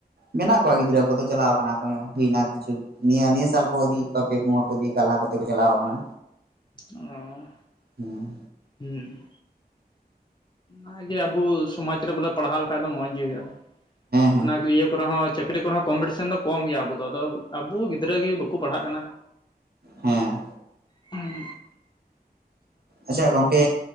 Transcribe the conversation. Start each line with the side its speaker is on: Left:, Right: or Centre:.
Right: ᱢᱮᱱᱟᱜ ᱠᱚᱣᱟ ᱜᱤᱫᱽᱨᱟᱹ ᱠᱚᱫᱚ ᱪᱟᱞᱟᱣ ᱠᱟᱱᱟ ᱠᱚ ᱦᱩᱭᱱᱟ ᱠᱤᱪᱷᱩ ᱱᱤᱭᱟᱹ ᱱᱤᱭᱟᱹ ᱥᱟᱞ ᱠᱚ ᱤᱫᱤ ᱠᱟᱜ ᱠᱚᱭᱟ, ᱯᱮ ᱯᱳᱲ ᱦᱚᱲ ᱠᱚ ᱤᱫᱤ ᱠᱟ ᱞᱟᱦᱟ ᱠᱚᱛᱮ ᱠᱚ ᱪᱟᱞᱟᱣ ᱠᱟᱱᱟ᱾
Left: ᱚ,
Right: ᱦᱮᱸ
Left: ᱦᱩᱸ, ᱚᱱᱟᱜᱮ ᱟᱵᱚ ᱥᱚᱢᱟᱡ ᱨᱮ ᱵᱚᱞᱮ ᱯᱟᱲᱦᱟᱣ ᱞᱮᱠᱷᱟᱡ ᱫᱚ ᱢᱚᱸᱡᱽ ᱜᱮ ᱦᱩᱭᱩᱜᱼᱟ᱾
Right: ᱦᱮᱸ
Left: ᱚᱱᱟ ᱤᱭᱟᱹ ᱠᱚᱨᱮ ᱦᱚᱸ ᱪᱟᱹᱠᱨᱤ ᱠᱚᱨᱮ ᱦᱚᱸ ᱠᱚᱢᱯᱤᱴᱤᱥᱮᱱ ᱫᱚ ᱠᱚᱢ ᱜᱮᱭᱟ ᱟᱵᱚ ᱫᱚ, ᱟᱫᱚ ᱟᱵᱚ ᱜᱤᱫᱽᱨᱟᱹ ᱜᱮ ᱵᱟᱠᱚ ᱯᱟᱲᱦᱟᱜ ᱠᱟᱱᱟ᱾
Right: ᱦᱮᱸ,
Left: ᱦᱚᱸ
Right: ᱟᱪᱪᱷᱟ ᱜᱚᱝᱠᱮ